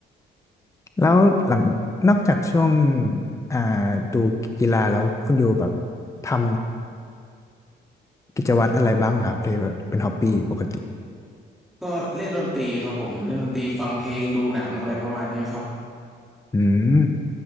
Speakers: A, on the left; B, in the centre.
A: แล้วหลังนอกจากช่วงอ่าดูกีฬาแล้ว คุณอยู่แบบทำกิจวัตรอะไรบ้างเหรอครับที่แบบเป็นฮอบบี้ปกติ
B: ก็เล่นดนตรีครับผมเล่นดนตรีฟังเพลงดูหนังอะไรประมาณเนี้ยครับ
A: อืม